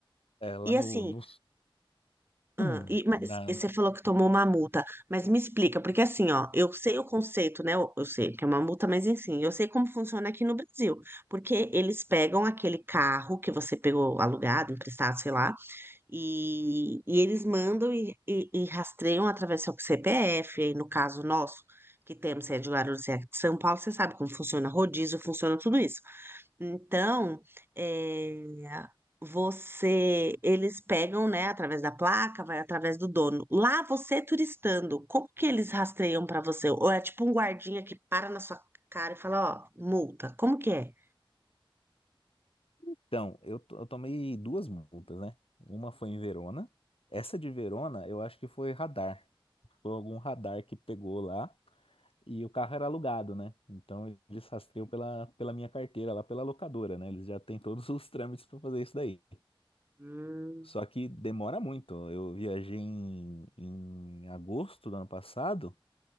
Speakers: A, on the left; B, on the right.
A: É, lá
B: E
A: no,
B: assim,
A: no,
B: ah,
A: <clears throat>
B: e, mas
A: na,
B: e
A: na-
B: você falou que tomou uma multa, mas me explica, porque assim, ó, eu sei o conceito, né? Eu, eu sei que é uma multa, mas enfim, eu sei como funciona aqui no Brasil, porque eles pegam aquele carro que você pegou alugado, emprestado, sei lá E, e eles mandam e, e- e rastreiam através do CPF, aí no caso nosso, que temos sede de Guarulhos e aqui de São Paulo, você sabe como funciona rodízio, funciona tudo isso. Então, é, você, eles pegam, né, através da placa, vai através do dono. Lá você turistando, como que eles rastreiam para você? Ou é tipo um guardinha que para na sua cara e fala, ó, multa, como que é?
A: Então, eu, to- eu tomei duas multas, né? Uma foi em Verona. Essa de Verona, eu acho que foi radar. Foi algum radar que pegou lá e o carro era alugado, né? Então eles rastreiam pela, pela minha carteira, lá pela locadora, né? Eles já têm todos <laughs> os trâmites para fazer isso daí.
B: Hum.
A: Só que demora muito. Eu viajei em, em agosto do ano passado,